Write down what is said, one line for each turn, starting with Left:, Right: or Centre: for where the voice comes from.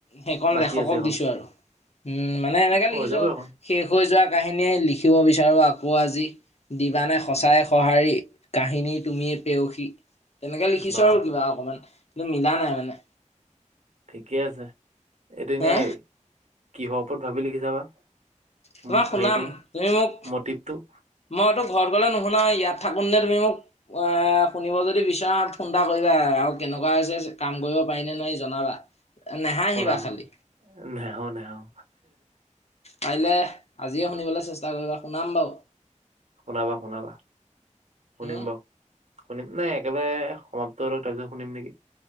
Left: সেইকণ
Right: বাকী
Left: লেখকক
Right: আছে এখন
Left: দিছোঁ আৰু, উম, মানে এনেকে
Right: হৈ
Left: লিখিছোঁ
Right: যাব এখন
Left: শেষ হৈ যোৱা কাহিনীয়ে, লিখিব বিচাৰোঁ, আকৌ আজি, দিবানে সঁচাই
Right: উম,
Left: সঁহাৰি। কাহিনীৰ তুমিয়ে পেয়সী, তেনেকে লিখিছোঁ
Right: বাহ
Left: আৰু কিবা অকণমান, কিন্তু মিলা নাই মানে।
Right: ঠিকেই আছে, এইটো এনেই
Left: হে
Right: কিহৰ ওপৰত ভাবি লিখিছা বা, উম,
Left: তোমাক শুনাম
Right: হেৰিটো
Left: তুমি মোক
Right: মটিভটো?
Left: মইতো ঘৰত গ'লে নুশুনাই, ইয়াত থাকোনতে তুমি মোক এ, শুনিব যদি বিচৰা, ফোন এটা কৰিবা, আৰু কেনেকুৱা হৈছে কাম কৰিব পাৰিনে নোৱাৰি জনাবা। নেহাঁহিবা
Right: শুনাম
Left: খালি
Right: মই, নেহঃ নেহঃ।
Left: পাৰিলে, আজিয়ে শুনিবলৈ চেষ্টা কৰিবা, শুনাম বাৰু।
Right: শুনাবা-শুনাবা, শুনিম
Left: উম
Right: বাউ। শুনিম, নাই একেবাৰে সমাপ্ত হৈ লওক, তাৰপিছত শুনিম নেকি?